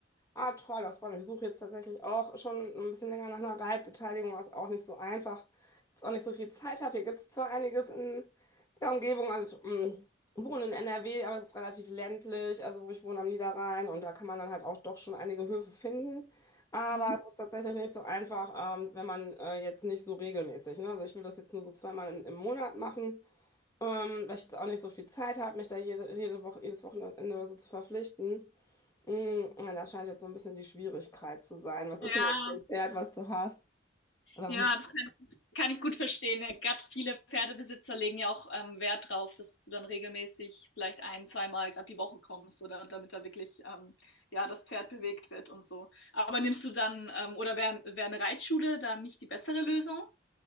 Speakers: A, on the left (about 15°); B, on the left (about 80°).
A: Ah, toll, das freut mich. Ich suche jetzt tatsächlich auch schon ein bisschen länger nach einer Reitbeteiligung, was auch nicht so einfach, jetzt auch nicht so viel Zeit habe. Hier gibt es zwar einiges in der Umgebung, also ich ähm, wohne in NRW, aber es ist relativ ländlich, also wo ich wohne am Niederrhein und da kann man dann halt auch doch schon einige Höfe finden. Aber
B: Mhm.
A: es ist tatsächlich nicht so einfach, ähm, wenn man äh, jetzt nicht so regelmäßig, ne? Also ich will das jetzt nur so zweimal in, im Monat machen. Ähm, weil ich jetzt auch nicht so viel Zeit habe, mich da jede, jede Woche, jedes Wochenende oder so zu verpflichten. Mm, ja, das scheint jetzt so ein bisschen die Schwierigkeit zu sein. Was
B: Ja.
A: ist denn das für ein Pferd, was du hast? Oder
B: Ja,
A: womit
B: das kann, kann ich gut verstehen. Gerade viele Pferdebesitzer legen ja auch ähm, Wert drauf, dass du dann regelmäßig vielleicht ein, zweimal gerade die Woche kommst oder damit da wirklich ähm, ja das Pferd bewegt wird und so. Aber nimmst du dann ähm, oder wäre wär eine Reitschule dann nicht die bessere Lösung?